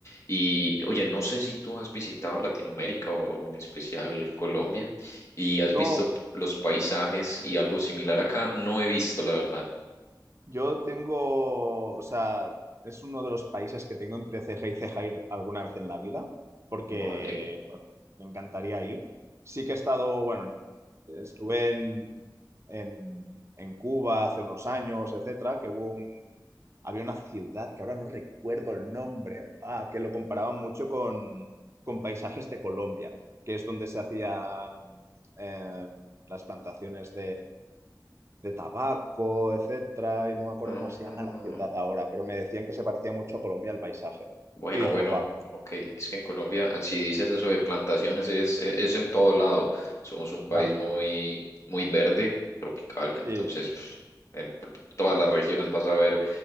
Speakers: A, on the left (about 40°); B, on the right (about 40°).
A: Y oye, no sé si tú has visitado Latinoamérica o, o en especial Colombia y has
B: No,
A: visto los paisajes y algo similar acá. No he visto, la verdad.
B: Yo tengo, o sea, es uno de los países que tengo entre ceja y ceja ir alguna vez en la vida, porque,
A: Vale.
B: bueno, me encantaría ir. Sí que he estado, bueno, estuve en, en, en Cuba hace unos años, etcétera, que hubo un, había una ciudad que ahora no recuerdo el nombre, ah, que lo comparaban mucho con, con paisajes de Colombia, que es donde se hacían em, las plantaciones de tabaco, etcétera, y no me acuerdo
A: Ah.
B: cómo se llama la ciudad ahora, pero me decían que se parecía mucho a Colombia el paisaje.
A: Bueno,
B: Y dije,
A: bueno,
B: wow,
A: ok. Es que en Colombia, si dices eso de plantaciones, es, e- es en todo lado. Somos un país
B: claro,
A: muy, muy verde, tropical, entonces
B: sí,
A: pf, en p- todas las regiones vas a ver